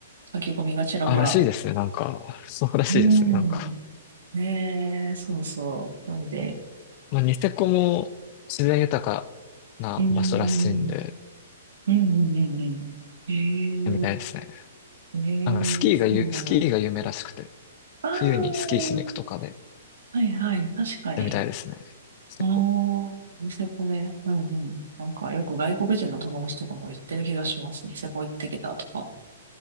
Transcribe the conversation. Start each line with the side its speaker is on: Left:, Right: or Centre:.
Right: 書き込みがちらほら。
Left: あ、らしいですね。なんか、そうらしいですね。
Right: うん。
Left: なんか、
Right: ねえ、そうそう。なんで、
Left: まあ、ニセコも自然豊かな場所らしいんで、
Right: うん、うん、うん、うん。うんええ、
Left: みたいですね。
Right: ええ、
Left: なんか、スキーがゆ、
Right: そうなんだ。
Left: スキーが有名らしくて、
Right: ああ、
Left: 冬にスキーしに行くとかで、
Right: はいはい、確かに。
Left: でみたいですね。結構
Right: ああ、ニセコね。うんうん。なんかよく外国人の友達とかも言ってる気がします。ニセコ行ってきたとか。